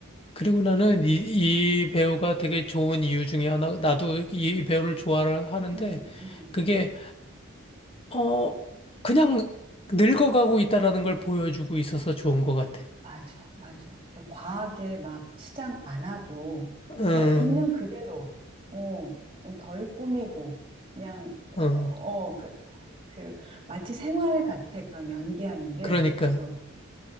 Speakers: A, on the left; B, on the right.
A: 그리고 나는 이, 이 배우가 되게 좋은 이유 중에 하나, 나도 이 배우를 좋아하는데,
B: 음, 음.
A: 그게, 어, 그냥 늙어가고 있다라는 걸 보여주고 있어서 좋은 것 같아.
B: 맞아, 맞아. 그 과하게 막 치장 안 하고,
A: 응,
B: 그냥 있는 그대로, 어, 좀 덜 꾸미고, 그냥,
A: 응.
B: 어, 어, 그, 그, 마치 생활 같아, 그런 연기하는 게.
A: 그러니까.
B: 그래서,